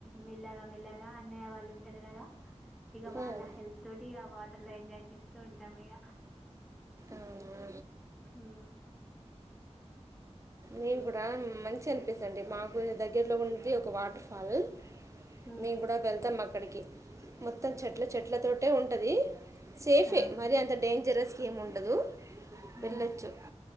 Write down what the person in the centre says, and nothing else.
మెల్లగా మెల్లగా అన్నయ్య వాళ్ళు ఉంటారు కదా ఇగ వాళ్ళ
హెల్ప్ తోటి ఇగ వాటర్ లో ఎంజాయ్ చేస్తూ ఉంటాం ఇగ
ఉ
హ్మ్.
ఆ!
ఆ!